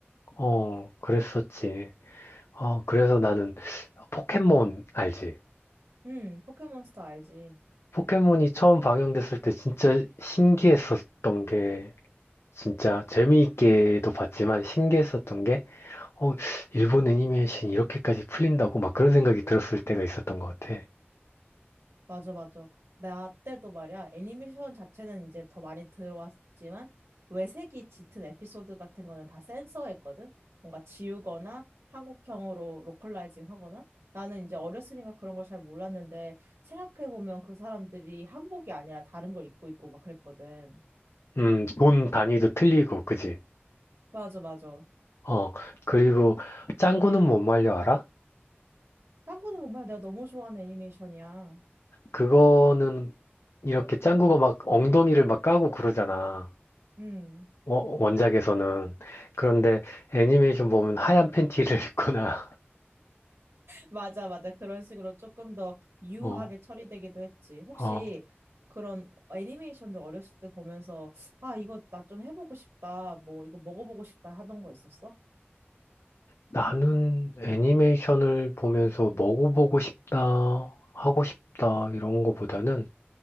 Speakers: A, on the left; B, on the right.
A: 어, 그랬었지. 어, 그래서 나는 포켓몬 알지?
B: 음, 포켓몬스터 알지.
A: 포켓몬이 처음 방영됐을 때 진짜 신기했었던 게 진짜 재미있게도 봤지만 신기했었던 게 어, 일본 애니메이션이 이렇게까지 풀린다고 막 그런 생각이 들었을 때가 있었던 것 같아.
B: 맞아, 맞아. 나 때도 말이야, 애니메이션 자체는 이제 더 많이 들어왔지만, 외색이 짙은 에피소드 같은 거는 다 센서했거든? 뭔가 지우거나 한국형으로 로컬라이징 하거나? 나는 이제 어렸으니까 그런 걸 잘 몰랐는데, 생각해보면 그 사람들이 한복이 아니라 다른 걸 입고 있고 막 그랬거든.
A: 음, 돈 단위도 틀리고, 그지?
B: 맞아, 맞아.
A: 어, 그리고 짱구는 못 말려 알아?
B: 짱구는 정말 내가 너무 좋아하는 애니메이션이야.
A: 그거는 이렇게 짱구가 막 엉덩이를 막 까고 그러잖아.
B: 음.
A: 어, 원작에서는. 그런데 애니메이션 보면 하얀 팬티를 <laughs> 입거나,
B: 맞아, 맞아. 그런 식으로 조금 더 유하게
A: 어,
B: 처리되기도 했지. 혹시
A: 어,
B: 그런 애니메이션도 어렸을 때 보면서, 아, 이거 나 좀 해보고 싶다. 뭐, 이거 먹어보고 싶다 하던 거 있었어?
A: 나는 애니메이션을 보면서 먹어보고 싶다, 하고 싶다, 이런 거보다는,